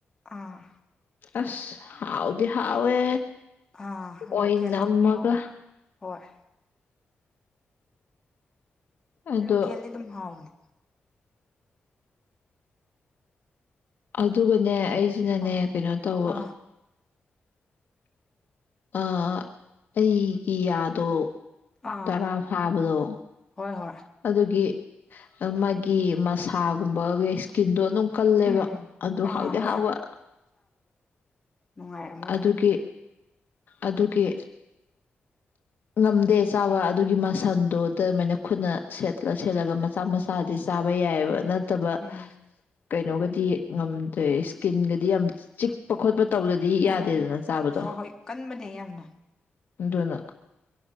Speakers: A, on the left; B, on the left.
A: ꯑꯥ
B: ꯑꯁ ꯍꯥꯎꯗꯤ ꯍꯥꯎꯋꯦ
A: ꯑꯥ
B: ꯑꯣꯏ
A: ꯂꯣꯀꯦꯜ
B: ꯅꯝꯃꯒ
A: ꯗꯤ ꯗꯨꯝ ꯍꯥꯥꯎꯕꯅꯤ ꯍꯣꯏ
B: ꯑꯗꯣ
A: ꯂꯣꯂꯦꯜ ꯗꯤ ꯑꯗꯨꯝ ꯍꯥꯎꯕꯅꯦ
B: ꯑꯗꯨꯒꯅꯦ ꯑꯩꯁꯤꯅꯅꯦ
A: ꯑꯥ
B: ꯀꯩꯅꯣ ꯇꯧ
A: ꯑꯥ
B: ꯑ ꯑꯩꯒꯤ ꯌꯥꯗꯣ
A: ꯑꯥ
B: ꯇꯔꯥ ꯐꯥꯕꯗꯣ
A: ꯍꯣꯏ ꯍꯣꯏ
B: ꯑꯗꯨꯒꯤ ꯃꯥꯒꯤ ꯃꯁꯥꯒꯨꯝꯕ ꯏꯁꯀꯤꯟꯗꯣ ꯑꯗꯨꯝ ꯀꯜꯂꯦꯕ
A: ꯎꯝ
B: ꯑꯗꯨ
A: ꯑꯥ
B: ꯍꯥꯎꯗꯤ
A: ꯍꯣꯏ
B: ꯍꯥꯎꯕ
A: ꯅꯨꯡꯉꯥꯏꯝꯃ ꯔꯣꯏ
B: ꯑꯗꯨꯒꯤ
A: ꯅꯤ
B: ꯑꯗꯨꯒꯤ ꯉꯝꯗꯦ ꯆꯥꯕ ꯑꯗꯨꯒꯤ ꯃꯁꯟꯗꯨꯣ ꯑꯗꯨꯃꯥꯏꯅ ꯈꯨꯠꯅ ꯁꯦꯠꯂ ꯁꯦꯠꯂꯒ ꯃꯆꯥ ꯃꯆꯥꯗꯤ ꯆꯥꯕ ꯌꯥꯏꯌꯦꯕ ꯇꯕ
A: ꯎꯝ
B: ꯀꯩꯅꯣꯒꯗꯤ ꯉꯝꯗꯦ ꯏꯁ꯭ꯀꯤꯟꯒꯗꯤ ꯌꯥꯝ ꯆꯤꯛꯄ ꯈꯣꯠꯄ ꯇꯧꯗꯗꯤ
A: ꯎꯝ
B: ꯌꯥꯗꯦꯗꯅ ꯆꯥꯕꯗꯣ
A: ꯍꯣꯏ ꯍꯣꯏ ꯀꯟꯕꯅꯦ ꯌꯥꯝꯅ
B: ꯏꯅ